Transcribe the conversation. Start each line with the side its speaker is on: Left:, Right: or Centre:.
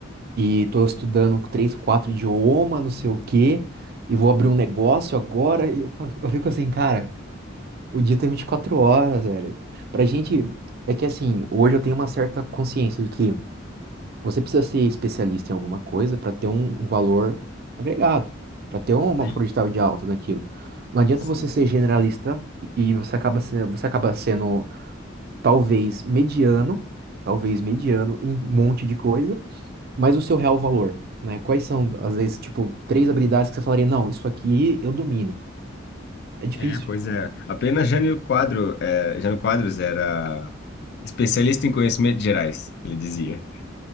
Right: e tô estudando três, quatro idiomas, não sei o quê, e vou abrir um negócio agora. E eu, fa- <laughs> eu fico assim, cara, o dia tem 24 horas, velho. Pra gente, é que assim, hoje eu tenho uma certa consciência de que. Você precisa ser especialista em alguma coisa para ter um, um valor agregado, para ter uma
Left: Sim,
Right: porcentagem de alta naquilo. Não adianta
Left: sim.
Right: você ser generalista e e você acaba, se- você acaba sendo talvez mediano, talvez mediano em um monte de coisa, mas o seu real valor, né? Quais são, às vezes, tipo, três habilidades que você falaria, não, isso aqui eu domino. É difícil.
Left: É, pois é. Apenas Jânio Quadro, é, Jânio Quadros era especialista em conhecimentos gerais, ele dizia.